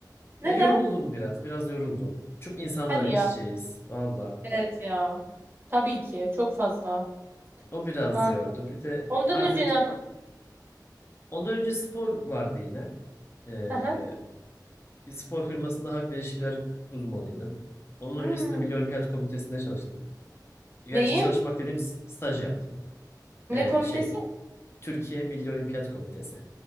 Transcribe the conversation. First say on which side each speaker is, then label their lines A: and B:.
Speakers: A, on the right (about 30°); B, on the left (about 35°).
A: Neden?
B: Ya yoruldum biraz. Biraz yoruldum. Çok insanlarla
A: Hadi ya.
B: iç içeyiz. Valla.
A: Evet ya. Tabii ki. Çok fazla.
B: O biraz
A: Aa,
B: yordu. Bir de
A: ondan
B: artık
A: önce ne yapıyorsun?
B: ondan önce spor vardı yine. Ee,
A: Aha.
B: bir spor firmasında hak ve ilişkiler uzmanıydım. Onun
A: Hmm.
B: öncesinde Milli Olimpiyat Komitesi'nde çalıştım. Gerçi
A: Neyin?
B: çalışmak dediğim s- staj yaptım.
A: Ne
B: Ee,
A: komitesi?
B: şey, Türkiye Milli Olimpiyat Komitesi.